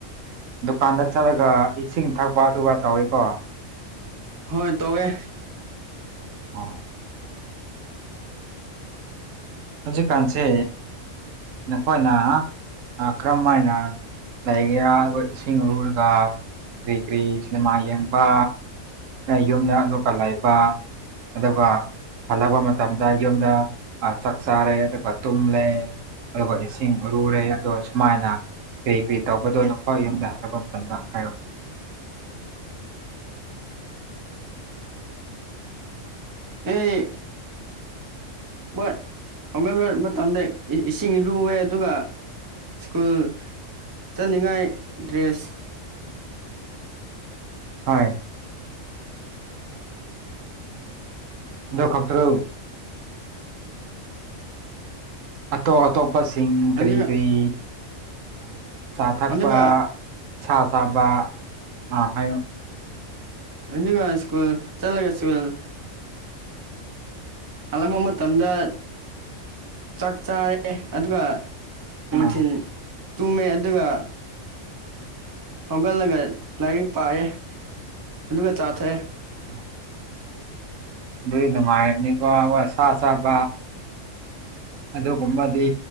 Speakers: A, on the right; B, on the right.
A: ꯗꯨꯀꯥꯟꯗ ꯆꯠꯂꯒ ꯏꯁꯤꯡ ꯊꯛꯄ ꯑꯗꯨꯒ ꯇꯧꯋ‌ꯦꯀꯣ
B: ꯍꯣꯏ ꯇꯧꯋ‌ꯦ
A: ꯑꯣ ꯍꯧꯖꯤꯛꯀꯥꯟꯁꯦ ꯅꯈꯣꯏꯅ ꯀꯔꯝ ꯃꯥꯏꯅ ꯂꯩꯒꯦꯔꯥ ꯑꯩꯈ‌ꯣꯏ ꯏꯁꯤꯡ ꯂꯨꯔꯒ ꯀꯔꯤ ꯀꯔꯤ ꯁꯤꯅꯦꯃꯥ ꯌꯦꯡꯕ ꯌꯨꯝꯗ ꯑꯂꯨꯀꯂ ꯂꯩꯕ ꯑꯗꯨꯒ ꯍꯜꯂꯛꯄ ꯃꯇꯝꯗ ꯌꯨꯝꯗ ꯑ ꯆꯠ ꯆꯥꯔꯦ ꯑꯗꯨꯒ ꯇꯨꯝꯂꯦ ꯑꯗꯨꯒ ꯏꯁꯤꯡ ꯎꯔꯨꯔꯦ ꯑꯗꯣ ꯁꯨꯃꯥꯏꯅ ꯀꯔꯤ ꯀꯔꯤ ꯇꯧꯕꯗꯣ ꯅꯈ‌ꯣꯏ ꯌꯨꯝꯗ ꯍꯜꯛꯄ ꯃꯇꯝꯗ ꯍꯥꯏꯌ‌ꯣ
B: ꯑꯦ ꯍꯣꯏ ꯍꯧꯒꯠꫪ ꯃꯇꯝꯗ ꯏꯁꯤꯡꯏꯔꯨꯑꯦ ꯑꯗꯨꯒ ꯁ꯭ꯀꯨꯜ ꯆꯠꯅꯤꯡꯉꯥꯏ ꯗ꯭ꯔꯦꯁ
A: ꯍꯥꯏ
B: <unintelligible> <inaudible>
A: ꯑꯗ‌ꯣ ꯈꯛꯇ꯭ꯔꯣ ꯑꯇꯣꯞ ꯑꯇꯣꯞꯄꯁꯤꯡ ꯀꯔꯤ
B: ꯑꯗꯨꯒ
A: ꯀꯔꯤ ꯆꯥ ꯊꯛꯄ
B: ꯑꯗꯨꯒ
A: ꯁꯥ ꯆꯥꯕ ꯑ ꯍꯥꯏꯌꯣ
B: ꯑꯗꯨꯒ ꯁꯀꯨꯜ ꯆꯠꯂꯒ ꯁꯀꯨꯜ ꯍꯥꯜꯂꯝꯕ ꯃꯇꯝꯗ ꯆꯥꯛ ꯆꯥꯔꯦ ꯑꯗꯨꯒ ꯅꯨꯡꯊꯤꯜ
A: ꯑꯥ
B: ꯇꯨꯝꯃꯦ ꯑꯗꯨꯒ ꯍꯧꯒꯠꯂꯒ ꯂꯥꯏꯔꯤꯛ ꯄꯥꯏꯌꯦ ꯑꯗꯨꯒ ꯆꯥ ꯊꯛꯑ‌ꯦ
A: ꯎꯝ ꯑꯗꯨꯗꯤ ꯅꯨꯡꯉꯥꯏꯔꯝꯅꯤꯀꯣ ꯋꯥ ꯁꯥ ꯆꯥꯕ ꯑꯗꯨꯒꯨꯝꯕꯗꯤ